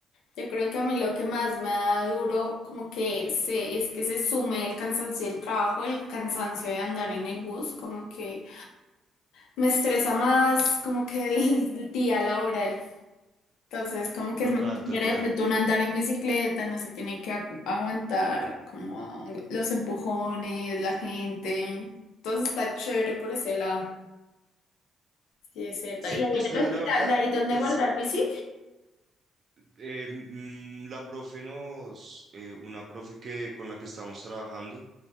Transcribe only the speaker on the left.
yo creo que a mí lo que más me da duro como que se, es que se sume el cansancio del trabajo, el cansancio de andar en el bus, como que me estresa más como que el día laboral. Entonces, como que
es más chévere
de pronto uno andar en bicicleta, no se tiene que acu- aguantar como los empujones, la gente. Entonces está chévere por ese lado. Sí, es cierto.
Y ahí
en el hospital,
de ahí donde
guardar bici.